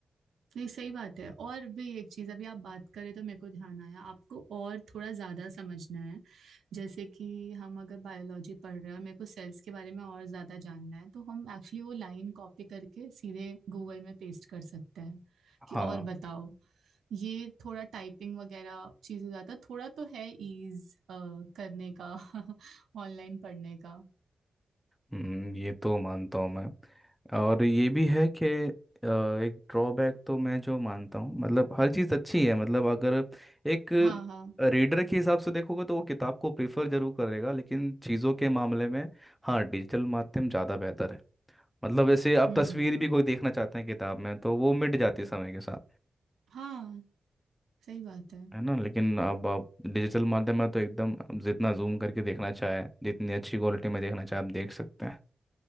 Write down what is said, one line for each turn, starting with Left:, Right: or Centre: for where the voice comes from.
Right: नहीं सही बात है और भी एक चीज अभी आप बात करें तो मेरे को ध्यान आया आपको और थोड़ा ज्यादा समझना है जैसे कि हम अगर बायोलॉजी पढ़ रहे हैं और मेरे को सेल्स के बारे में और ज्यादा जानना है तो हम एक्चुअली वो लाइन कॉपी करके सीधे गूगल में पेस्ट कर सकते हैं कि
Centre: हाँ
Right: और बताओ ये थोड़ा टाइपिंग वगैरह चीज हो जाता है थोड़ा तो है ईज करने का <laughs> ऑनलाइन पढ़ने का
Centre: हम्म ये तो मानता हूँ मैं और ये भी है कि अ, एक ड्रॉबैक तो मैं जो मानता हूँ मतलब हर चीज़ अच्छी है मतलब अगर एक
Right: हाँ हाँ
Centre: रीडर के हिसाब से देखोगे तो वो किताब को प्रेफर जरूर करेगा लेकिन चीज़ों के मामले में हाँ डिजिटल माध्यम ज़्यादा बेहतर है मतलब जैसे अब
Right: हम्म
Centre: तस्वीर भी कोई देखना चाहते हैं किताब में तो वो मिट जाती है समय के साथ
Right: हाँ सही बात है
Centre: है ना लेकिन अब आप डिजिटल माध्यम में तो एकदम जितना जूम करके देखना चाहे जितनी अच्छी क्वालिटी में देखना चाहे आप देख सकते हैं